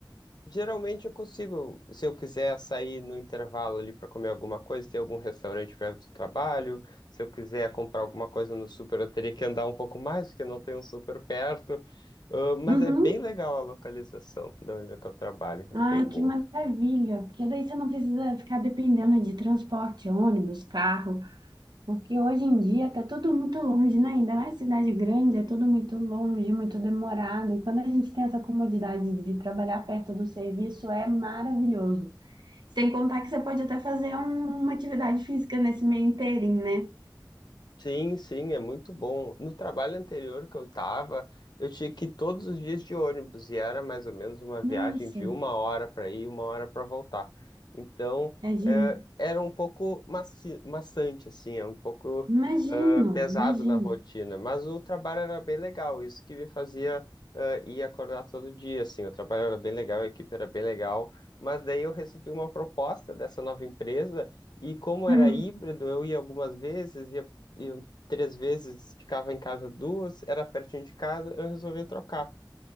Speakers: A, on the left; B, on the right.
A: Geralmente eu consigo, se eu quiser sair no intervalo ali para comer alguma coisa, tem algum restaurante perto do trabalho. Se eu quiser comprar alguma coisa no super, eu teria que andar um pouco mais, porque não tem um super perto. Ah, mas
B: uhum.
A: é bem legal a localização de onde é que eu trabalho, é
B: Ai,
A: bem boa.
B: que maravilha. Porque daí você não precisa ficar dependendo de transporte, ônibus, carro. Porque hoje em dia tá tudo muito longe, né? Ainda mais cidade grande, é tudo muito longe, muito demorado. E quando a gente tem essa comodidade de trabalhar perto do serviço, é maravilhoso. Sem contar que você pode até fazer um- uma atividade física nesse meio inteirinho, né?
A: Sim, sim, é muito bom. No trabalho anterior que eu tava, eu tinha que ir todos os dias de ônibus e era mais ou menos uma
B: Nossa,
A: viagem de uma hora para ir e uma hora para voltar. Então,
B: é de-
A: eh, era um pouco maci maçante, assim, é um pouco
B: imagino,
A: eh, pesado
B: imagino.
A: na rotina, mas o trabalho era bem legal, isso que me fazia eh, ir acordar todo dia, assim, o trabalho era bem legal, a equipe era bem legal, mas daí eu recebi uma proposta dessa nova empresa. E como
B: Uhum.
A: era híbrido, eu ia algumas vezes, ia eu três vezes ficava em casa duas, era pertinho de casa, eu resolvia trocar.